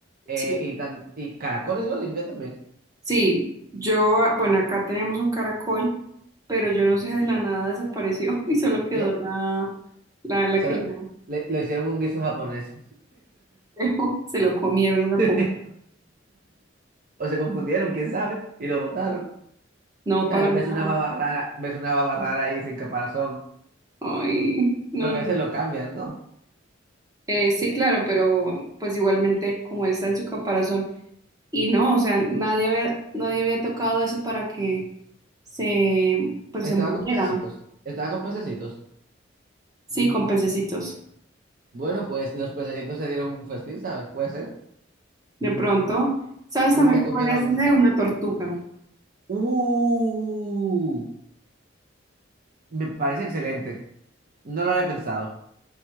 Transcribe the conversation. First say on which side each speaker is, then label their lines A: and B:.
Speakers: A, on the right; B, on the right.
A: eh,
B: Sí.
A: y, tam- y caracoles lo limpian también.
B: Sí, yo, ah, bueno, acá teníamos un caracol, pero yo no sé, de la nada desapareció <laughs> y solo quedó
A: ¿Qué?
B: la, la, la
A: Se
B: que
A: lo,
B: la
A: le- lo hicieron un guiso japonés.
B: dejó. Se lo comieron una
A: <laughs>
B: poco.
A: O se confundieron, quién sabe, y lo botaron. O
B: No,
A: sea,
B: para nada.
A: ves una baba rara, ves una baba rara ahí sin caparazón.
B: Ay, no,
A: Porque
B: no.
A: a veces lo cambian, ¿no?
B: Eh, sí, claro, pero pues igualmente, como él está en su caparazón, y no, o sea, nadie había, nadie había tocado eso para que se, pues
A: Estaba
B: se muriera.
A: con pececitos, estaba con pececitos.
B: Sí, con pececitos.
A: Bueno, pues los pececitos se dieron un festín, ¿sabes? Puede ser.
B: De pronto, ¿sabes
A: Un
B: también
A: día
B: que
A: comieron...
B: podrías tener
A: ca-
B: una tortuga?
A: ¡Uh! Me parece excelente. No lo había pensado.